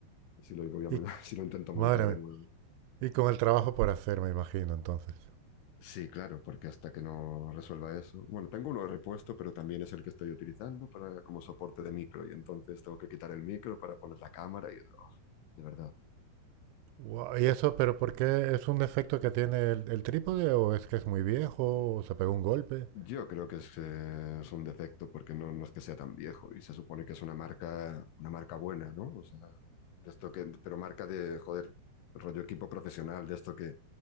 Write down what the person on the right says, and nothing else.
Y,
madre mía.
Y con el trabajo por hacer, me imagino, entonces.
Guau, ¿Y eso, pero por qué es un defecto que tiene el, el trípode o es que es muy viejo o se pegó un golpe?